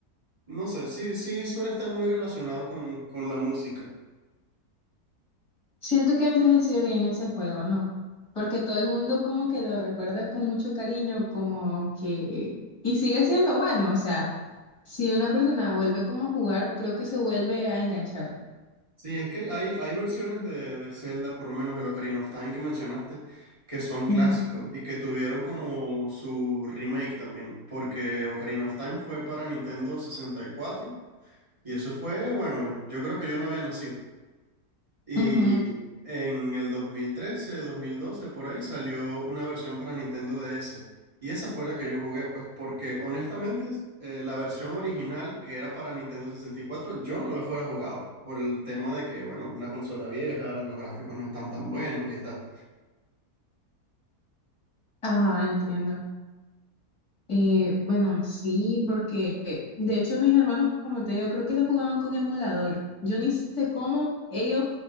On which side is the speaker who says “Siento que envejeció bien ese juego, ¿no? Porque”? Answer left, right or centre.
Left